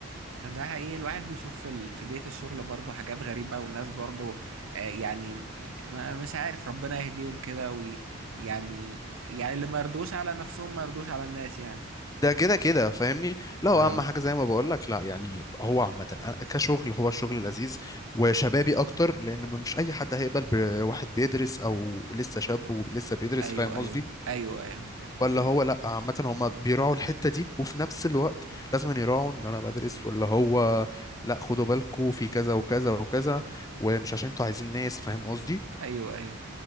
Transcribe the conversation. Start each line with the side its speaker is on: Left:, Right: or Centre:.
Right: ده حقيقي الواحد بيشوف في, ال... في بيت الشغل برضه حاجات غريبة والناس برضه آه يعني ما مش عارف ربنا يهديهم كده وي... يعني يعني اللي ما يرضوش على نفسهم ما يرضوش على الناس يعني
Left: ده كده كده فاهمني لا
Right: اه
Left: هو اهم حاجه زي ما بقول لك لا يعني هو عامه أنا كشغل هو الشغل لذيذ وشبابي اكتر لان مش اي حد هيقبل بواحد بيدرس او لسه شاب ولسه بيدرس
Right: ايوه
Left: فاهم
Right: ايوه
Left: قصدي
Right: ايوه ايوه
Left: ولا هو لا عامة هما بيراعوا الحتة دي وفي نفس الوقت لازم أن يراعوا ان انا بدرس ولا هو لا خدوا بالكوا في كذا وكذا وكذا ومش عشان انتوا عايزين ناس فاهم قصدي
Right: ايوه ايوه